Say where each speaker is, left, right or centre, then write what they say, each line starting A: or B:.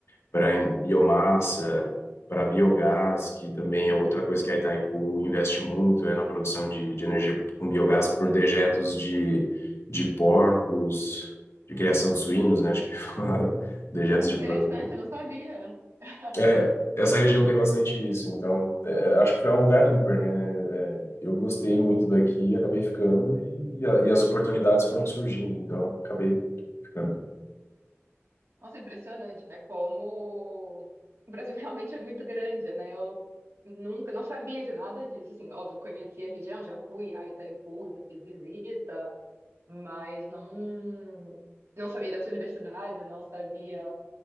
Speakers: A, on the left (about 70°); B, on the right (about 70°).
A: para biomassa, para biogás, que também é outra coisa que a Itaipu investe muito, é na produção de, de energia com biogás por dejetos de, de porcos, de criação de suínos, né? Acho que <laughs> dejetos
B: Nossa, que
A: de
B: interessante,
A: porcos.
B: eu não sabia. <laughs>
A: É, essa região tem bastante isso, então é, acho que é um lugar ímpar, né? É, eu gostei muito daqui, acabei ficando e, a- e as oportunidades foram surgindo, então acabei ficando.
B: Nossa, impressionante, né? Como o Brasil <laughs> realmente é muito grande, né? Eu nunca, não sabia de nada disso, assim, óbvio, conhecia a região, já fui a Itaipu, já fiz visita, mas não, não sabia dessa universidade, não sabia,